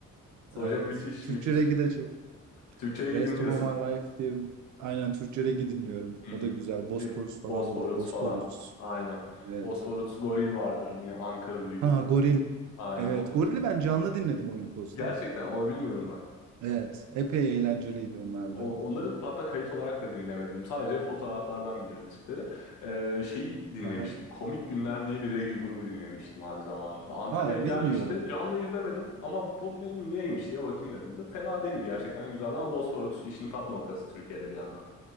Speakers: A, on the left (about 80°); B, on the right (about 70°).
A: Soja
B: evet
A: müthiş
B: Türkçe
A: müthiş.
B: reggae de çok
A: Türkçe'de
B: Rest
A: dinliyorsun.
B: of My Life diye aynen Türkçe reggae dinliyorum.
A: Hı
B: O
A: hı.
B: da güzel. Bosporus
A: Şey,
B: falan
A: Bosphorus
B: var. Bosporus.
A: falan. Aynen.
B: Evet.
A: Bosphorus Goril vardır yine Ankaralı bir
B: Ha
A: grup.
B: Goril.
A: Aynen
B: Evet.
A: onlar.
B: Goril'i ben canlı dinledim Olimpos'ta.
A: Gerçekten onu bilmiyorum bak.
B: Evet. Epey eğlenceliydi onlar
A: O-
B: da.
A: Onları hatta kayıt olarak da dinlemedim. Sadece fotoğraflardan biliyorum tipleri. Ee, şeyi dinlemiştim.
B: Aha.
A: Komik Günler diye bir reggae grubu dinlemiştim abi zamanında. Antalya'ya
B: Aa
A: gelmişti.
B: bilmiyorum.
A: Canlı izlemedim ama bu ne, neymiş diye bakayım dedim de. Fena değildi gerçekten güzeldi ama Bosphorus işin tap noktası Türkiye'de bir yandan.